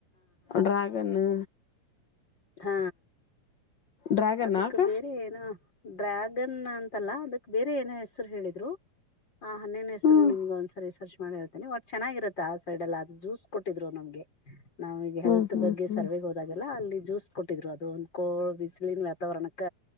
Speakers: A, on the left; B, on the left.
A: ಡ್ರಾಗನ್ನು
B: ಹಾ
A: ಡ್ರ್ಯಾಗನ್
B: ಅದಕ್
A: ಅಕ್ಕ
B: ಬೇರೆ ಏನ ಡ್ರ್ಯಾಗನ್ ಅಂತಲ್ಲ ಅದಕ್ ಬೇರೆ ಏನ ಹೆಸ ಹೇಳಿದ್ರು ಹನ್ನೇನ್ ಹೆಸರು
A: ಹ್ಮ್
B: ನಿಮಗ ಒಂದ್ರಿ ಸರ್ಚ್ ಮಾಡಿ ಹೇಳ್ತೇಿ ಬಟ್ ಚೆನ್ನಾಗಿರುತ್ತಾ ಸೈಡ್ಲ್ಲ ಅ ಜ್ಯೂಸ್ ಕೊಟ್ಟಿದ್ರು ನಮ್ಗೆ ನಾವ ಈಗ ಹೆಲ್ತ್
A: ಹ್ಮ್ ಹ್ಮ್
B: ಬಗ್ಗೆ
A: ಹ್ಮ್
B: ಸರ್ವೆಗೆ ಹೋದಾಗೆಲ್ಲ ಅಲ್ಲಿ ಜ್ಯೂಸ್ ಕೊಟ್ಟಿದ್ರು ಅದು ಕೋ ಬಿಸಿಲಿನ ವಾತಾವರಣಕ್ಕ